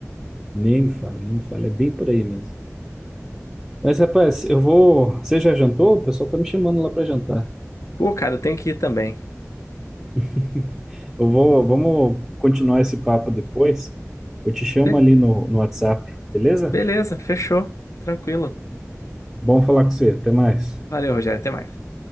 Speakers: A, in the centre; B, on the left.
A: nem me fala, nem me fala, é bem por aí mesmo. Mas rapaz, eu vou. Você já jantou? O pessoal tá me chamando lá para jantar.
B: Pô, cara, eu tenho que ir também.
A: <laughs> Eu vou, vamos continuar esse papo depois. Eu te chamo
B: Be-
A: ali no, no WhatsApp, beleza?
B: beleza, fechou. Tranquilo.
A: Bom falar com você, até mais.
B: Valeu, Rogério. Até mais.